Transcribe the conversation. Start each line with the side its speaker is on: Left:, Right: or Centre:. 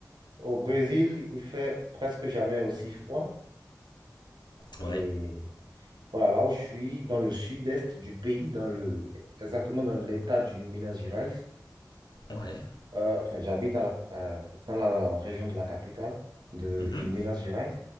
Right: Au Brésil, il fait presque jamais aussi froid.
Left: ouais,
Right: Et voilà, là où je suis, dans le sud-est du pays, dans le, exactement dans l'état du Minas Gerais.
Left: ouais.
Right: Euh, enfin, j'habite à la- à- dans la région de la capitale de,
Left: Mhm,
Right: du Minas Gerais.